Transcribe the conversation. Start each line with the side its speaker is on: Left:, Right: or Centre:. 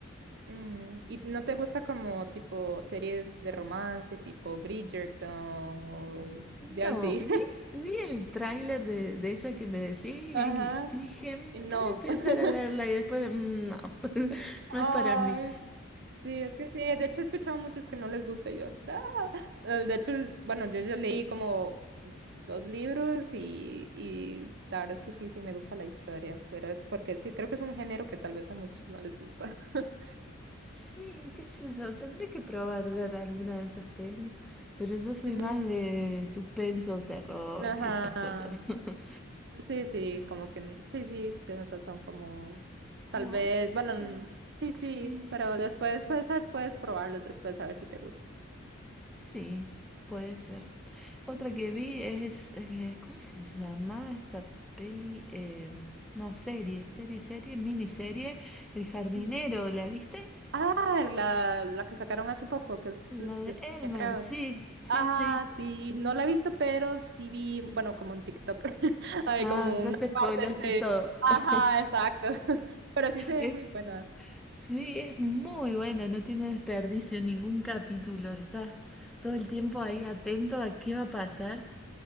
Right: Mm, ¿y no te gusta como tipo series de romance, tipo Bridgerton o de
Centre: No,
Right: así?
Centre: vi,
Right: <laughs>
Centre: vi el tráiler de, de esa que me decís y,
Right: Ajá,
Centre: y dije, "Mm,
Right: y no.
Centre: podré empezar
Right: <laughs>
Centre: a verla y después, "Mm, no, <laughs>
Right: Ay,
Centre: no es para mí.
Right: Sí, es que sí, de hecho he escuchado muchos que no les gusta. Yo, "Ah". Eh, De hecho, bueno, yo, yo leí como dos libros y, y la verdad es que sí, sí me gusta la historia, pero es porque sí, creo que es un género que tal vez a muchos no les gusta. <laughs>
Centre: Sí, qué sé yo, tendré que probar ver alguna de esas pelis, pero yo soy
Right: Ujú,
Centre: más de suspenso, terror
Right: Ajá,
Centre: y esas cosas. <laughs>
Right: sí, sí, como que, n- sí, sí, tienes razón, como tal
Centre: Ah,
Right: vez, bueno,
Centre: Otra,
Right: n- sí, sí,
Centre: sí.
Right: pero después, pues, esas puedes probarlos después a ver si te gusta.
Centre: Sí, puede ser. Otra que vi es, eh, ¿cómo se llama esta peli? Eh, no, serie, serie, serie, miniserie. El jardinero,
Right: Ujú.
Centre: ¿la viste?
Right: Ah, la, la que sacaron hace poco, que es,
Centre: La
Right: es de
Centre: de
Right: España,
Centre: Elmer,
Right: creo.
Centre: sí, sí,
Right: Ah,
Centre: sí.
Right: sí, no la he visto, pero sí vi, bueno, como en TikTok, <laughs> hay
Centre: Ah,
Right: como unas
Centre: ya te spoilaste
Right: partes de...
Centre: todo.
Right: Ajá,
Centre: <laughs>
Right: exacto. <laughs> Pero sí se ven
Centre: Es,
Right: muy buenas.
Centre: sí, es muy buena, no tiene desperdicio ningún capítulo. Estás todo el tiempo ahí atento a qué va a pasar.